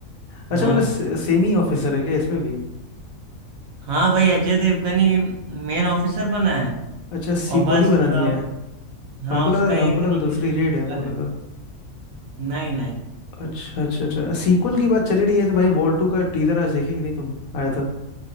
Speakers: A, on the left; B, on the right.
A: अच्छा
B: हाँ
A: मतलब से- सेम ही ऑफिसर है क्या इसमें भी
B: हाँ भाई अजय देवगन ही मेन ऑफिसर बना है
A: अच्छा सीक्वल
B: और बस
A: ही बना
B: अ,
A: दिए हैं
B: हाँ
A: हमको लगा
B: उसका
A: हमको
B: एक तरीके
A: लगा दूसरी
B: से सीक्वल
A: रेड है हमको
B: है
A: लगा
B: नहीं नहीं
A: अच्छा अच्छा अच्छा सीक्वल की बात चली रही है तो भाई वॉर टू का टीजर आज देखे कि नहीं तुम आया था